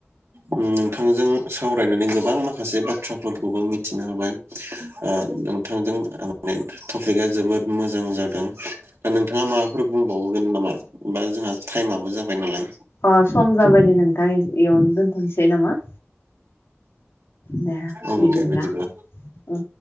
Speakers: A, on the right; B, on the left.
A: ओ नोंथांजों सावरायनानै गोबां माखासे बाथ्राफोरखौबो मिथिना हाबाय। ओ नोंथांजों आं ओ टपिकआ जोबोद मोजां जादों। दा नोंथाङा मा बुंबावगोन नामा बा जोंहा टाइमाबो जाबाय नालाय
B: अ सम जाबायदि नोंथां अ इयावनो दोनथ'नोसै नामा? दे
A: औ
B: बिदिब्ला
A: दे बेदिब्ला।
B: ओं